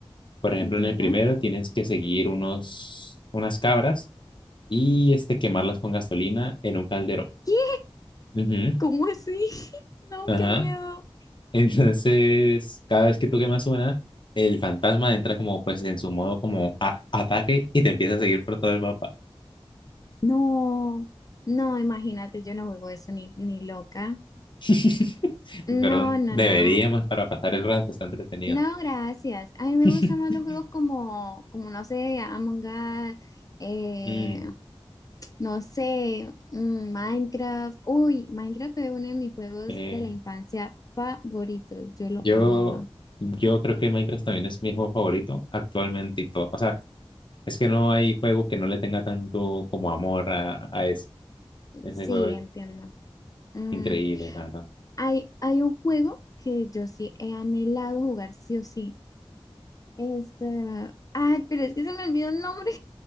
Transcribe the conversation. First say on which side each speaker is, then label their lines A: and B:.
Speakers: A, on the left; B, on the left.
A: Por ejemplo,
B: entiendo.
A: en el primero tienes que seguir unos, unas cabras y este, quemarlas con gasolina en un calderón.
B: ¿Qué?
A: Ujú,
B: ¿Cómo así? <laughs> No,
A: Ajá.
B: qué miedo.
A: <laughs> Entonces, cada vez que tú quemas una, el fantasma entra como pues en su modo como a- ataque y te empieza a seguir por todo el mapa.
B: No, no, imagínate, yo no juego eso ni, ni loca.
A: <laughs> Pero
B: No, no,
A: deberíamos
B: no.
A: para pasar el rato, está entretenido.
B: No, gracias. A mí me
A: <laughs>
B: gustan más los juegos como, como no sé, Among Us, eh,
A: Mm,
B: no sé, mm, Minecraft. Uy, Minecraft fue uno de mis juegos
A: eh,
B: de la infancia favoritos. Yo lo
A: yo,
B: amaba.
A: yo creo que Minecraft también es mi juego favorito actualmente y todo. O sea, es que no hay juego que no le tenga tanto como amor a, a eso. Ese
B: Sí,
A: juego es
B: entiendo. Mm,
A: increíble, la verdad.
B: Hay, hay un juego que yo sí he anhelado jugar sí o sí. Este, ay, pero es que se me olvidó el nombre.